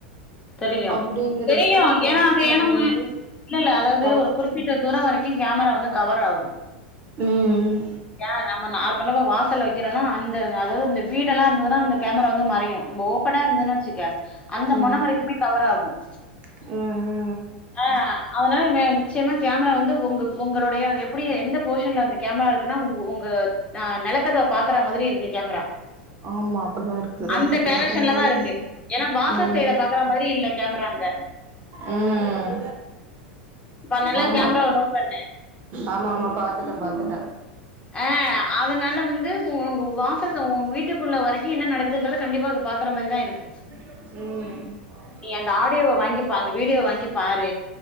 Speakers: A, on the left (about 20°); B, on the right (about 35°).
A: தெரியு
B: அப்டிங்கிறப்ப
A: தெரியு
B: கேமரா
A: ஏனா அதயே நம்ம
B: வந்து
A: இல்லல்ல அதாவுது
B: ஆ
A: ஒரு குறிப் பிட்ட தூரோ வரைக்கு கேமரா வந்து கவர் ஆகும்
B: ம்
A: ஏ நம்ம நார்மலா போ வாசல்ல வெக்கிறனு அந்த அதாவ்து இந்த வீடெல்லா இர்ந்துதுன்னா அந்த கேமரா வந்து மறையு நம்போ ஓப் ப்பனா இருந்துதுன் வெச்சுக்க அந்த
B: ம்
A: மொன வரைக்குமே கவர் ஆகும்
B: ம் ம்
A: ஆ அதனால மே நிச்சயமா கேமரா வந்து ஒங்க ஒங்களடய எப்புடி எந்த போஷன்ல வந்துக் கேமரா இருக்குன்னா உங் உங்க நெலக்கதவ பாக்குற மாதிரி இருக்கு கேமரா
B: ஆமா அப்டிதா இருக்கு ரெண்டுமே
A: அந்த டேரக்க்ஷன்ல
B: ம்
A: தா இருக்கு ஏனா வாசல்
B: ம்
A: சைட பாக்கற மாரி இல்ல கேமராங்க
B: ம்
A: இப்ப நல்லா
B: ஆமா
A: கேமராவ நோட் பண்ணு
B: ஆமா ஆமா பாத்துட்ட பாத்துட்ட
A: ஆ அதனால வந்து உங்க வாசல்ல உங்க வீட்டுக்குள்ள வரைக்கு என்ன நடக்குதுன்றத கண்டிப்பா அது பாக்குற மாரிதா இருக்கு
B: <unintelligible>
A: நீ அந்த ஆடியோவ வாங்கிப்பாரு அந்த வீடியோ வாங்கி பாரு